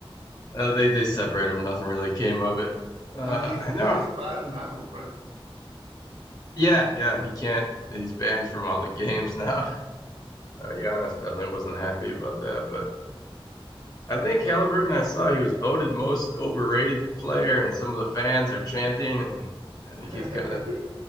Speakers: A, on the left; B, on the right.
A: uh, they they separate him. Nothing really came of it. Uh,
B: and he's
A: I know.
B: he's banned now, right?
A: Yeah, yeah, he can't. He's banned from all the games <laughs> now. Uh, Giannis definitely wasn't happy about that, but I think Halliburton. I saw he was voted most overrated player, and some of the fans are chanting, and I think
B: <laughs>
A: he's kind of